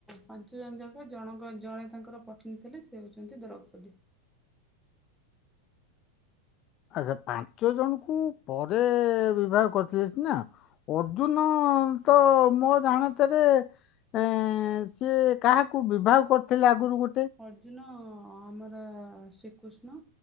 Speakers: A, in the centre; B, on the left.
A: ପାଞ୍ଚ ଜଣ ଯାକ ଜଣଙ୍କ ଜଣେ ତାଙ୍କର ପତ୍ନୀ ଥିଲେ ସେ ହଉଛନ୍ତି ଦ୍ରୌପଦୀ।
B: ଆଛା ପାଞ୍ଚ ଜଣ ଙ୍କୁ ପରେ ବିବାହ କରିଥିଲେ ସିନା ଅର୍ଜୁନ ତ ମୋ ଜାଣତରେ ଏ ସିଏ କାହାକୁ ବିବାହ କରିଥିଲେ ଆଗୁରୁ ଗୋ
A: ଅର୍ଜୁନ ହଁ ଆମର ଶ୍ରୀକୃଷ୍ଣ